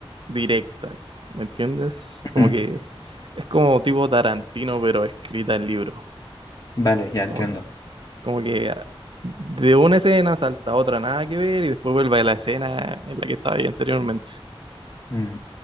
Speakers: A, on the right (about 60°); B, on the left (about 40°).
A: directa, ¿me entiendes? Como
B: Mm,
A: que es como tipo Tarantino, pero escrita en libro.
B: Vale, ya entiendo.
A: Como que, como que ah, de una escena salta a otra, nada que ver, y después vuelve a la escena en la que estaba ahí anteriormente.
B: Mm.